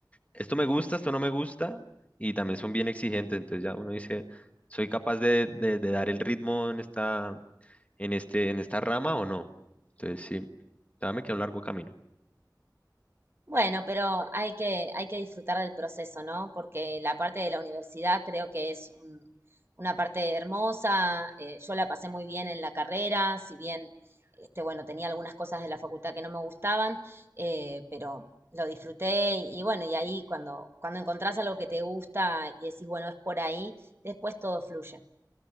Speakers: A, on the left; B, on the right.
A: esto me gusta, esto no me gusta, y también son bien exigentes. Entonces ya uno dice, ¿soy capaz de, de- de dar el ritmo en esta, en este, en esta rama o no? Entonces sí, ya me queda un largo camino.
B: Bueno, pero hay que, hay que disfrutar del proceso, ¿no? Porque la parte de la universidad creo que es un- una parte hermosa. eh, yo la pasé muy bien en la carrera, si bien, este, bueno, tenía algunas cosas de la facultad que no me gustaban, eh, pero lo disfruté y, y bueno, y ahí cuando, cuando encontrás algo que te gusta y decís, bueno, es por ahí, después todo fluye.